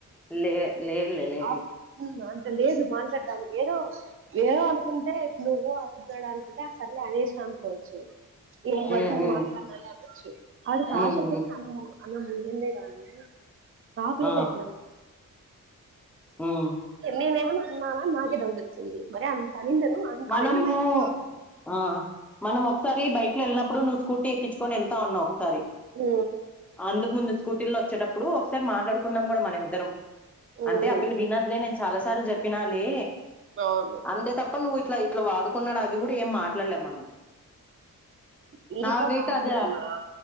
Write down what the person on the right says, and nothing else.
ఆఫన్ లేదు మాట్లాడడానికి ఏదో ఏదో అనుకుంటే నువ్వు ఇద్దాడ అనుకుంటే అసర్లే అనేసిన అనుకోవచ్చు ఏ
పడుతుంది
మాట్లాడనాల అనొచ్చు వాడి సావత
అ అలా ముగిందే గానీ కాపుల
పెట్టల
నిన ఏంమోన నార నాకే డౌటోచి మరి అంత అనిందను అ
అనింద మై అ
మ్
ఉమ్,
అవును
మీతో
కాదు
నన్నా